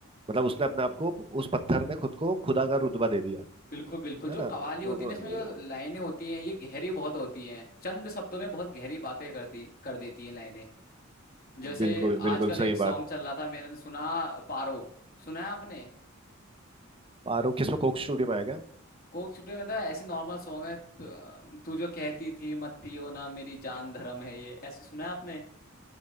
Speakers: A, on the right; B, on the left.
A: मतलब उसने अपने आप को उस पत्थर ने खुद को खुदा का रुतबा दे दिया
B: बिल्कुल बिल्कुल जो
A: है ना
B: कवाली
A: तो
B: होती है ना इसमें
A: ए,
B: जो लाइनें होती हैं ये गहरी बहुत होती हैं चंद शब्दों में बहुत गहरी बातें कर दी कर देती हैं लाइनें जैसे
A: बिल्कुल
B: आजकल
A: बिल्कुल
B: एक
A: सही
B: सॉन्ग
A: बात
B: चल रहा था मैंने सुना पारो सुना है आपने
A: पारो किसमें कोक स्टूडियो में आएगा
B: कोक स्टूडियो में था ऐसी नॉर्मल सॉन्ग है तू तू जो कहती थी मत पियो ना मेरी जान धर्म है ये ऐसे सुना है आपने